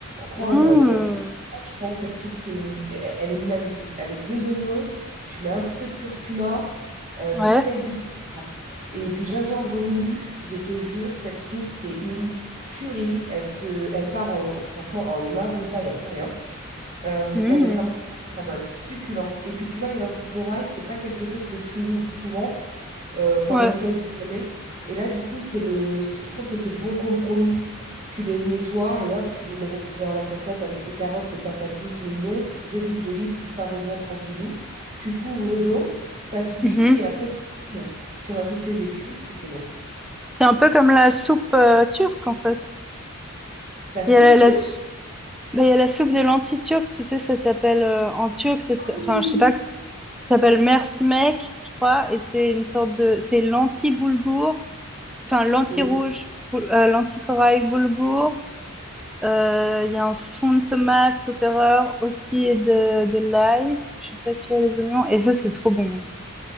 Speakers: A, in the centre; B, on the right.
A: Mm.
B: Oh là là, je pense cette soupe, c'est une- elle est magnifique. Avec deux oignons, tu mets un peu de curcuma, euh,
A: Ouais.
B: du sel, du poivre et du gingembre moulu. Je te jure, cette soupe, c'est une tuerie. Elle se, elle part en, franchement en un repas, il n'y a plus rien. Euh,
A: Mm.
B: elle est vraiment très, très bonne, succulente. Et puis tu vois, les lentilles corail, c'est pas quelque chose que je cuisine souvent euh, enfin
A: Ouais.
B: même quasi jamais. Et là, du coup, c'est le, c'est- je trouve que c'est le bon compromis. Tu les nettoies et hop, tu les mets dans la cocotte avec tes carottes, tes patates douces, l'oignon, de l'huile d'olive, tout ça revient tranquillou. Tu couvres d'eau, ça cuit
A: Mhm.
B: et après tu cuisines. Tu rajoutes tes épices et c'est bon.
A: C'est un peu comme la soupe euh, turque en fait.
B: La soupe
A: Il y a la,
B: turque,
A: la s- bah, il y a la soupe de lentilles turque, tu sais, ça s'appelle euh, en turc, ça, s-
B: Ah oui,
A: enfin, je sais
B: oui,
A: pas Ça s'appelle Merci Mec, je crois, et c'est une sorte de, c'est l'anti-boulgour, enfin l'anti-rouge,
B: oui. mm,
A: boul- euh, l'anti-corail boulgour. Euh, Il y a un fond de tomate, sauf erreur, aussi et de, de l'ail. Je suis pas sûre des oignons, et ça c'est trop bon aussi.